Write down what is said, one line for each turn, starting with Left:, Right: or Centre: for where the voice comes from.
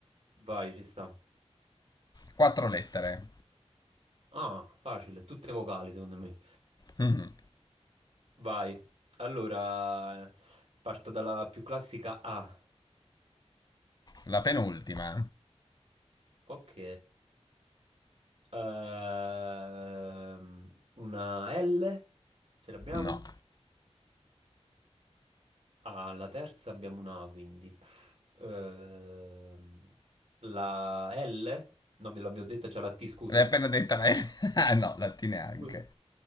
Right: Vai, ci sta.
Left: Quattro lettere.
Right: Ah, facile, tutte vocali secondo me.
Left: Mm,
Right: Vai. Allora, parto dalla più classica A.
Left: La penultima.
Right: Ok. Ehm, una L. Ce l'abbiamo?
Left: No.
Right: Alla terza abbiamo una A, quindi. Ehm, la L? No, ve l'abbiamo detta già la T, scusa.
Left: L'hai appena detta lei? <laughs> Ah, no, la T neanche.
Right: Scusa.